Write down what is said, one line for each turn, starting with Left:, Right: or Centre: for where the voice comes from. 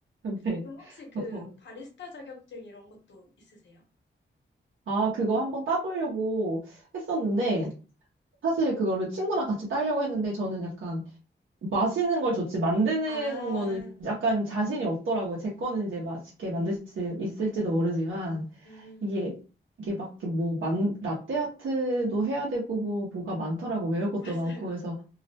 Right: 네.
Left: 그럼 혹시 그
Right: 어.
Left: 바리스타 자격증 이런 것도 있으세요?
Right: 아, 그거 한번 따보려고 했었는데 사실 그거를 친구랑 같이 따려고 했는데 저는 약간 마시는 걸 좋지 만드는
Left: 아,
Right: 거는 약간 자신이 없더라고요. 제 거는 이제 맛있게 만들 수 있을지도 모르지만
Left: 음,
Right: 이게 이게 막뭐만 라떼 아트도 해야 되고 뭐 뭐가 많더라고
Left: <laughs>
Right: 외울 것도
Left: 맞아요.
Right: 많고 그래서